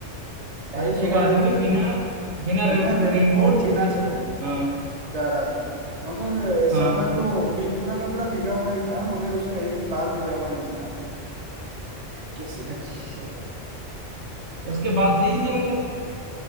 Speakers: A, on the right; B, on the right.
A: बारिश
B: ए,
A: हो
B: एक आदमी
A: रही थी
B: बिना बिना
A: बिना
B: रे,
A: रेनकोट
B: रेनकोट
A: बिना
B: छतरी के
A: छतरी
B: हाँ
A: जा रहा था मगर ऐसा
B: हाँ
A: हुआ कि वो भी पूरा का पूरा भीगा हुआ ही था मगर उसका एक भी बाल भीगा हुआ नहीं था कैसे <laughs>
B: अच्छा उसके बाल थे ही नहीं मतलब